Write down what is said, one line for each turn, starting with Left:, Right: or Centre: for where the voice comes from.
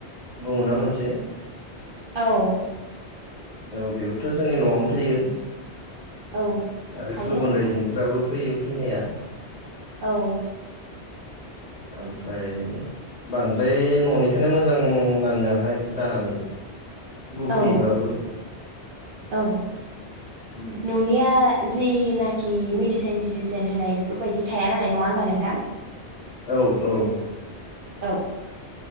Left: बुङोना मोनसे
Right: औ
Left: औ बेबोथ' जोंनि न'आवनो थायो
Right: औ
Left: आरो
Right: थायो
Left: गुबुन
Right: नोंथां
Left: रायजोनि फ्राबो फैयो फैनाया।
Right: औ
Left: ओमफ्राय बांद्राय न'निखोनो मोजां नाङो आंहा इखौ जानानै। गोखैबाबो
Right: औ औ।
Left: उम।
Right: निया जिनाखि मेडिसिन तिडिसिन होनाय बेफोरबायदि थाया नालाय नङा होनबा नोंथां।
Left: औ औ
Right: औ